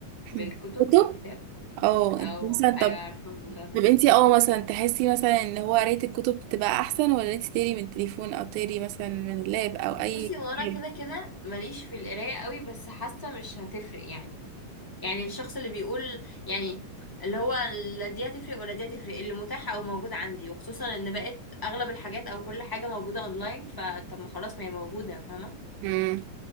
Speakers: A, on the left; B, on the right.
A: بالكتب
B: <clears throat> كتب
A: بالكتاب
B: اه
A: او
B: انت مثلا
A: ايوه
B: طب
A: عارفه الموضوع ده
B: طب انتي اه مثلا تحسي مثلا ان هو قراية الكتب تبقى احسن ولا انتي تقري من التليفون او تقري مثلا من اللاب او اي
A: بصي هو انا
B: كتاب؟
A: كده كده ماليش في القرايه قوي بس حاسه مش هتفرق يعني يعني الشخص اللي بيقول يعني اللي هو لا دي هتفرق ولا دي هتفرق اللي متاح او موجود عندي وخصوصا ان بقت اغلب الحاجات او كل حاجه موجوده اونلاين فطب ما خلاص ما هي موجوده فاهمه
B: امم